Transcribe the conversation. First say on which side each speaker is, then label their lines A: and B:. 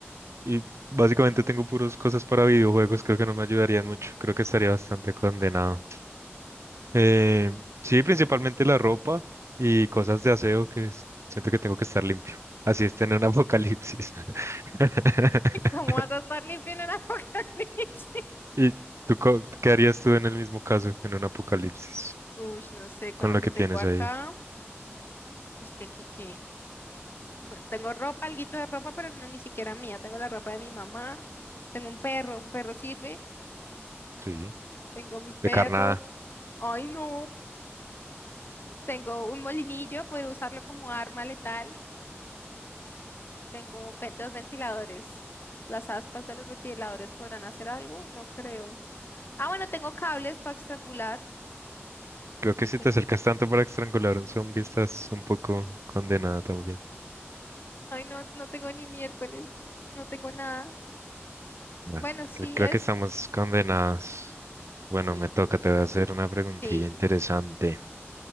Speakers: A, on the right (about 80°); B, on the left (about 50°).
A: Y básicamente tengo puras cosas para videojuegos. Creo que no me ayudarían mucho. Creo que estaría bastante condenado. Eh, sí, principalmente la ropa y cosas de aseo que es- siento que tengo que estar limpio. Así es tener un apocalipsis. <laughs>
B: <laughs> ¿Cómo vas a estar limpio en un <laughs> apocalipsis?
A: ¿Y tú co- qué harías tú en el mismo caso, en un apocalipsis,
B: Uy, no sé, con
A: con
B: lo
A: lo
B: que
A: que
B: tengo
A: tienes
B: acá,
A: ahí?
B: es que aquí que, bueno, tengo ropa, alguito de ropa, pero no ni siquiera mía, tengo la ropa de mi mamá, tengo un perro, un perro sirve,
A: Sí,
B: tengo mi perro,
A: de carnada.
B: ay no, tengo un molinillo, poder usarlo como arma letal, tengo ve- dos ventiladores, las aspas de los ventiladores podrán hacer algo, no creo. Ah, bueno, tengo cables para estrangular,
A: Creo que si
B: tengo,
A: te acercas tanto para estrangular a un zombie, estás un poco condenada también.
B: ay no, no tengo ni miércoles, no tengo nada,
A: Bueno,
B: bueno, sí,
A: cre- creo
B: eso.
A: que estamos condenados. Bueno,
B: Sí,
A: me toca,
B: qué triste.
A: te voy a hacer una preguntilla
B: Sí,
A: interesante.